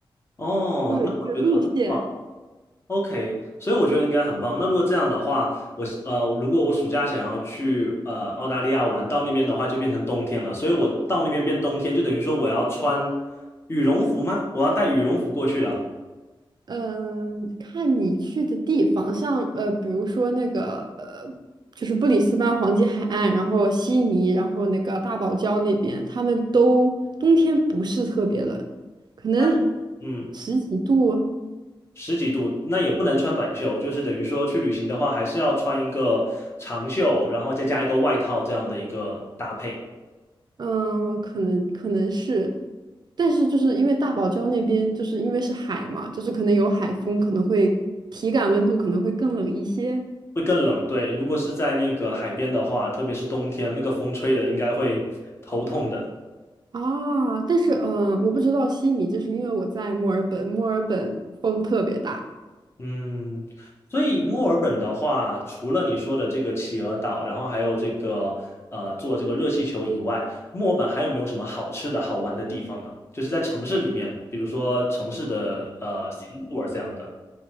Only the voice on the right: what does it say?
会有这个路线。
嗯，看你去的地方，像呃，比如说那个呃，就是布里斯班黄金海岸，然后悉尼，然后那个大堡礁那边，他们都冬天不是特别冷，可能
十几度哦。
嗯，可能可能是，但是就是因为大堡礁那边就是因为是海嘛，就是可能有海风，可能会体感温度可能会更冷一些
啊。但是嗯，呃我不知道悉尼，就是因为我在墨尔本，墨尔本风特别大，